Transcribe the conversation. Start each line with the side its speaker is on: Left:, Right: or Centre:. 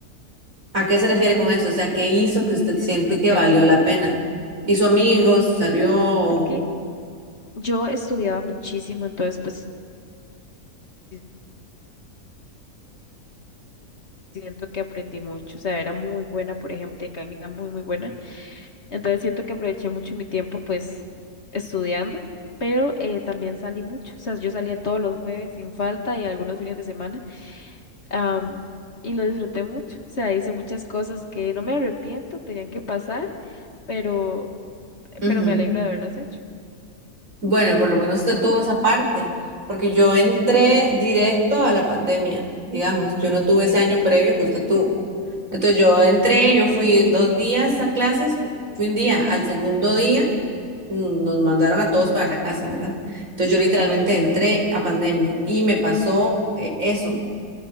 Right: ¿A qué se refiere con eso? O sea, ¿qué hizo que usted
Left: disfruté.
Right: siente que valió la pena? ¿Hizo amigos? ¿Salió? o-
Left: Es que yo estudiaba muchísimo, entonces pues sí, siento que aprendí mucho. O sea, era muy buena, por ejemplo, mecánica muy, muy buena. Entonces siento que aproveché mucho mi tiempo pues estudiando, pero eh, también salí mucho. O sea, yo salía todos los jueves sin falta y algunos fines de semana. am, y lo disfruté mucho. O sea, hice muchas cosas que no me arrepiento, tenían que pasar, pero,
Right: Ujú.
Left: pero me alegro de haberlas hecho.
Right: Bueno, por lo menos usted tuvo esa parte, porque yo entré directo a la pandemia, digamos, yo no tuve ese año previo que usted tuvo. Entonces yo entré, yo fui dos días a clases, fu- fui un día, al segundo día mm, nos mandaron a todos para la casa, ¿verdad? Entonces yo literalmente entré a pandemia y me pasó eh, eso,